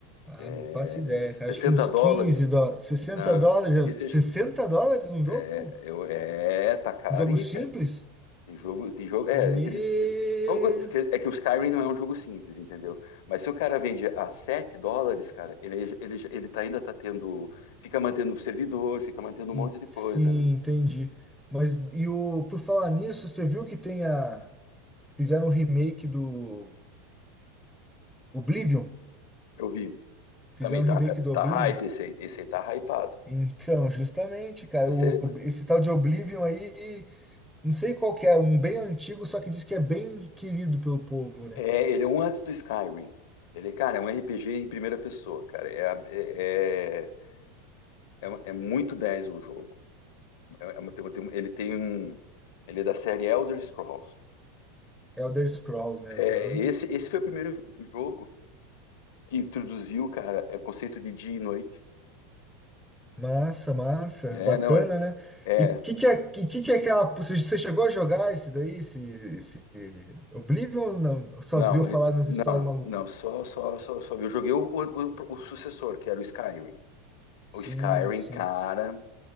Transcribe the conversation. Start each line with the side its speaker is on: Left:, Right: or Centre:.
Centre: Ah, não
Left: é,
Centre: faço ideia, cara.
Left: 60
Centre: Acho que uns
Left: dólares,
Centre: 15 dólares, 60
Left: na,
Centre: dólares,
Left: que seja,
Centre: 60 dólares um jogo?
Left: é, eu- é, tá caro
Centre: Um jogo
Left: e
Centre: simples?
Left: tem jogo, tem jogo, é,
Centre: Me...
Left: entre, vamos é que o Skyrim não é um jogo simples, entendeu? Mas se o cara vende a 7 dólares, cara, ele, ele, ele tá, ainda tá tendo, fica mantendo o servidor, fica mantendo
Centre: En-
Left: um monte de coisa,
Centre: Sim,
Left: né?
Centre: entendi. Mas e o por falar nisso, você viu que tem a fizeram um remake do Oblivion?
Left: Eu vi.
Centre: Fizeram
Left: Também
Centre: um
Left: tá,
Centre: remake do
Left: tá
Centre: Oblivion?
Left: hype esse aí, esse aí tá hypado.
Centre: Então, justamente, cara,
Left: Percebe?
Centre: o- esse tal de Oblivion aí, não sei qual que é, um bem antigo, só que diz que é bem querido pelo povo, né?
Left: É, ele é um antes do Skyrim. Ele, cara, é um RPG em primeira pessoa, cara. É, a- é, é, é um- é muito 10 o jogo. É- é uma- tem uma- tem um- ele tem um. Ele é da série Elder Scrolls.
Centre: É Elder Scrolls, né? Aham.
Left: É, esse, esse foi o primeiro jogo que introduziu, cara, é o conceito de dia e noite.
Centre: Massa, massa,
Left: É,
Centre: bacana,
Left: não, é.
Centre: né?
Left: é,
Centre: E o que que é, que, que que é aquela, você você chegou a jogar esse daí, esse, esse Oblivion ou não? Só
Left: não,
Centre: viu falar
Left: é-
Centre: nas
Left: não,
Centre: histórias malucas?
Left: não, só, só, só, só. Eu joguei o, o, o- o sucessor, que era o Skyrim.
Centre: Sim,
Left: O Skyrim,
Centre: sim.
Left: cara.